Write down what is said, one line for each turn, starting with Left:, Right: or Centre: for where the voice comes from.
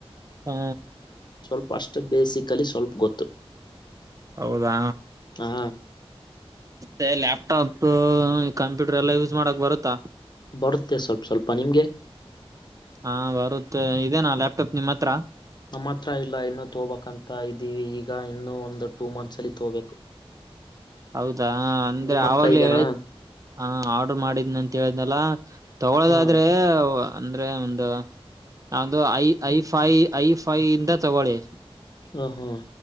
Right: ಹ್ಮ
Left: ಸ್ವಲ್ಪ ಅಷ್ಟು ಬೇಸಿಕಲಿ ಸ್ವಲ್ಪ ಗೊತ್ತು
Right: ಹೌದಾ
Left: ಹಾ
Right: ಮತ್ತೆ ಲ್ಯಾಪ್ಟಾಪ್ ಕಂಪ್ಯೂಟರ್ ಎಲ್ಲಾ ಯೂಸ್ ಮಾಡಕ್ ಬರುತ್ತಾ
Left: ಬರುತ್ತೆ ಸ್ವಲ್ಪ ಸ್ವಲ್ಪ ನಿಮಗೆ
Right: ಹಾ ಬರುತ್ತೆ ಇದೇನಾ ಲ್ಯಾಪ್ಟಾಪ್ ನಿಮ್ಮ್ ಹತ್ರ
Left: ನಮ್ಮ ಹತ್ರ ಇಲ್ಲ ಇನ್ನುೂ ತೋಬಬೇಕಕ್ಂತ ಇದ್ದೀವಿ ಈಗ ಇನ್ನು ಒಂದು ಟೂ ಮಂತ್ಸ್ ಅಲ್ಲಿ ತೋಬೇಕು
Right: ಹೌದಾ ಅಂದ್ರೆ
Left: ನಿಮ್ಮ
Right: ಆವಾಗ್ಲೇ
Left: ಹತ್ರ ಇದೇನಾ
Right: ಹೇಳ ಹಾ ಆರ್ಡ್ರ ಮಾಡಿದ್ನ ಅಂತ ಹೇಳಿದ್ನಲ್ಲ ತಗೊಳೋದಾದ್ರೆ
Left: ಹಾ
Right: ಅಂದ್ರೆ ಒಂದು ನಂದು I I five I five ಇಂದ ತಗೊಳ್ಳಿ
Left: ಹಾಂ ಹಾ